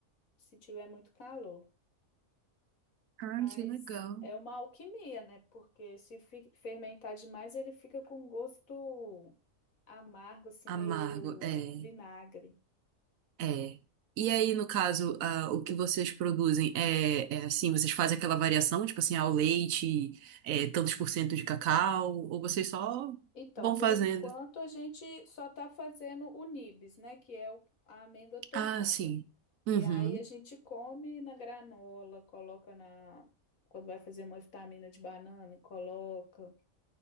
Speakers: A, on the left; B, on the right.
A: se tiver muito calor.
B: Ah,
A: Mas
B: que legal.
A: é uma alquimia, né? Porque se fi- fermentar demais, ele fica com um gosto amargo, assim,
B: Amargo,
A: meio
B: é.
A: vinagre.
B: É. E aí, no caso, ah, o que vocês produzem é, é assim, vocês fazem aquela variação, tipo assim, ao leite, é, tantos por cento de cacau, ou vocês só
A: Então,
B: vão
A: por
B: fazendo?
A: enquanto, a gente só está fazendo o nibs, né? Que é o- a amêndoa torrada.
B: Ah, sim. Uhum.
A: E aí a gente come na granola, coloca na. Quando vai fazer uma vitamina de banana, coloca.